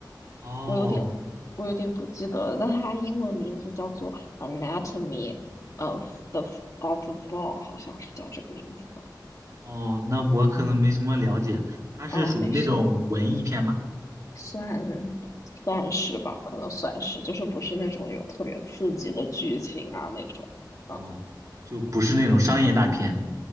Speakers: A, on the right; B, on the left.
A: 哦
B: 我有点，我有点不记得了，但它英文名字叫做《Anatomy of the of a Fall》，好像是叫这个名字吧？
A: 哦，那我可能没什么了解，它是属于那种文艺片吗？
B: 啊，没事，算算是吧，可能算是，就是不是那种有特别刺激的剧情啊那种。
A: 哦，
B: 嗯，
A: 就不是那种商业大片。